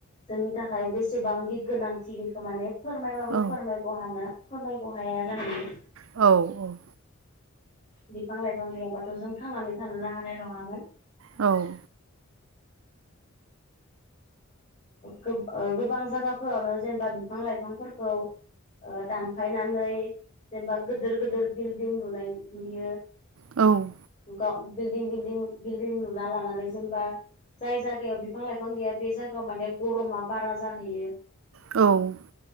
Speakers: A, on the left (about 30°); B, on the right (about 70°).
A: जोंनि थाखाय बेसेबांनि गोनांथि बेखौ माने। फोरमायबाबो
B: औ
A: फोरमायख' हानो फोरमायख' हाया जाहैयो।
B: औ औ।
A: बिफां लाइफां गैयाबाथ' जों थांनानै थानोनो हानाय नङामोन।
B: औ।
A: गोबां जायगाफोरावनो जेनेबा बिफां लाइफांफोरखौ। दानफायनानै जेनेबा गिदिर गिदिर बिल्डिं लुनाय लुयो
B: औ
A: बिल्डिं बिलडं बिल्डिं लुना लानानै जेनेबा जाय जायगायाव बिफां लाइफां गैया बे जायगायाव माने गरमा बारा जाहैयो
B: औ